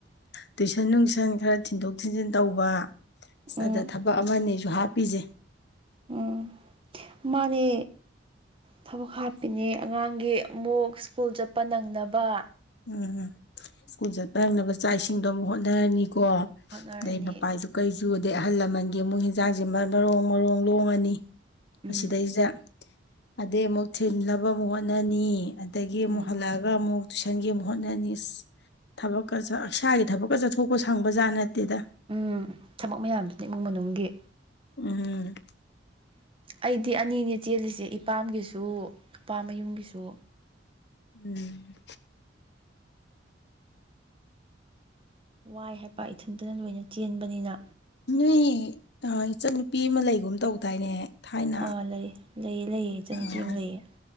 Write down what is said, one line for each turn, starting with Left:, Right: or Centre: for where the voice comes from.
Left: ꯇꯨꯏꯁꯟ ꯅꯨꯡꯁꯟ ꯈꯔ ꯊꯤꯟꯗꯣꯛ ꯊꯤꯟꯖꯤꯟ ꯇꯧꯕ ꯑꯁ
Right: ꯎꯝ
Left: ꯑꯗꯥ ꯊꯕꯛ ꯑꯃꯅꯦꯖꯨ ꯍꯥꯞꯄꯤꯖꯦ
Right: ꯎꯝ ꯃꯥꯅꯦ ꯊꯕꯛ ꯍꯥꯞꯄꯤꯅꯦ ꯑꯉꯥꯡ ꯒꯤ ꯑꯃꯨꯛ ꯁ꯭ꯀꯨꯜ ꯆꯠꯄ ꯅꯪꯅꯕ
Left: ꯎꯝ ꯁ꯭ꯀꯨꯜ ꯆꯠꯄ ꯅꯪꯅꯕ ꯆꯥꯛ ꯏꯁꯤꯡꯗꯣ ꯑꯃꯨꯛ ꯍꯣꯠꯅꯔꯅꯤꯀꯣ
Right: ꯍꯣꯠꯅꯔꯅꯤ
Left: ꯑꯗꯩ ꯃꯄꯥꯏꯖꯨ ꯀꯩ ꯁꯨꯨꯗꯦ ꯑꯍꯜ ꯂꯃꯟꯒꯤ ꯑꯃꯨꯛ ꯍꯤꯟꯖꯥꯡꯖꯦ ꯃꯥ ꯃꯔꯣꯡ ꯃꯔꯣꯡ ꯂꯣꯡꯉꯅꯤ
Right: ꯎꯝ
Left: ꯑꯁꯤꯗꯩꯖꯤꯗ ꯑꯗꯩ ꯑꯃꯨꯛ ꯊꯤꯅꯕ ꯑꯃꯨꯛ ꯍꯣꯠꯅꯅꯤ ꯑ ꯗꯒꯤ ꯑꯃꯨꯛ
Right: ꯎꯝ
Left: ꯍꯜꯂꯛꯑꯒ ꯑꯃꯨꯛ ꯁꯟꯒꯤ ꯑꯃꯨꯛ ꯍꯣꯠꯅꯅꯤ ꯏꯁ ꯊꯕꯛꯀ ꯁꯔ ꯏꯁꯥꯒꯤ ꯊꯕꯛꯀ ꯆꯠꯊꯣꯛꯄ ꯁꯪꯕ ꯖꯥꯠ ꯅꯠꯇꯦꯗ
Right: ꯎꯝ ꯊꯕꯛ ꯃꯌꯥꯝꯗꯨꯗ ꯏꯃꯨꯡ ꯃꯅꯨꯡꯒꯤ
Left: ꯎꯝ
Right: ꯑꯩꯗꯤ ꯑꯅꯤꯅꯦ ꯆꯦꯜꯂꯤꯁꯦ ꯏꯄꯥꯝꯒꯤꯁꯨ ꯅꯨꯄꯥꯃꯌꯨꯝꯒꯤꯁꯨ
Left: ꯎꯝ
Right: ꯋꯥꯏ ꯍꯥꯏꯕ ꯏꯊꯟꯇꯅ ꯂꯣꯏꯅ ꯆꯦꯟꯕꯅꯤꯅ
Left: ꯅꯣꯏ ꯑ ꯏꯆꯟꯅꯨꯄꯤ ꯑꯃ ꯂꯩꯒꯨꯝ ꯇꯧꯗꯥꯏꯅꯦ ꯊꯥꯏꯅ
Right: ꯑꯥ ꯂꯩ ꯂꯩꯌꯦ ꯂꯩꯌꯦ ꯏꯆꯟꯅꯨꯄꯤ
Left: ꯑꯥ
Right: ꯑꯝ ꯂꯩꯌꯦ